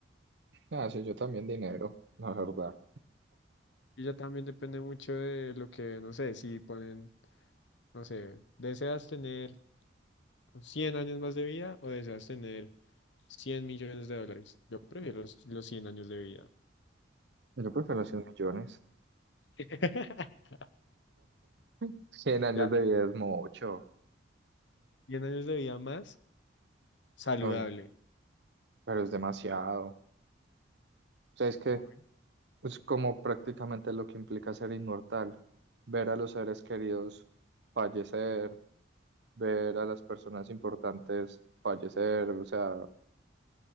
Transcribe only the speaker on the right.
ah, sí, yo también dinero, la verdad.
Yo prefiero 100 millones.
<laughs> cien años
de vida es mucho.
Uy, pero es demasiado. ¿Sabes que
Es como prácticamente lo que implica ser inmortal, ver a los seres queridos fallecer, ver a las personas importantes fallecer, o sea,